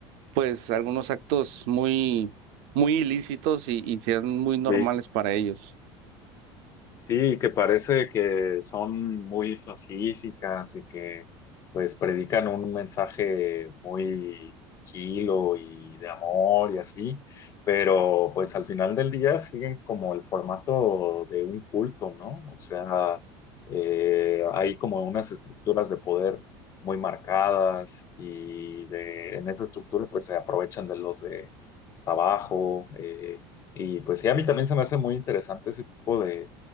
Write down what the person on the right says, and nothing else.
pues algunos actos muy, muy ilícitos y, y sean muy
normales para ellos.